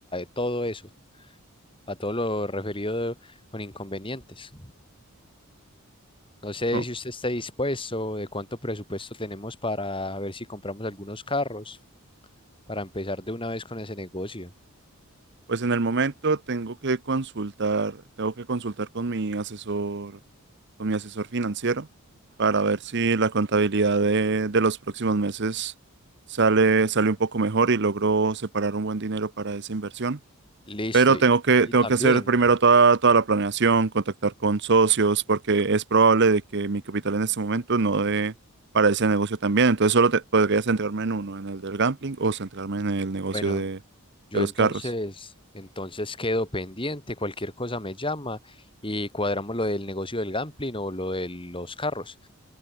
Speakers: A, on the left (about 25°); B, on the right (about 50°).
A: todo eso, a todo lo referido con inconvenientes. No sé
B: No,
A: si usted está dispuesto, de cuánto presupuesto tenemos para ver si compramos algunos carros, para empezar de una vez con ese negocio.
B: pues en el momento tengo que consultar, tengo que consultar con mi asesor, con mi asesor financiero para ver si la contabilidad de, de los próximos meses sale, sale un poco mejor y logro separar un buen dinero para esa inversión.
A: Listo,
B: Pero
A: y,
B: tengo que,
A: y
B: tengo
A: también,
B: que hacer primero toda, toda la planeación, contactar con socios, porque es probable de que mi capital en este momento no dé para ese negocio también. Entonces solo te- podría centrarme en uno, en el del gambling o centrarme en el negocio
A: bueno,
B: de,
A: Yo
B: de los
A: entonces,
B: carros.
A: entonces quedo pendiente, cualquier cosa me llama y cuadramos lo del negocio del gambling o lo de los carros.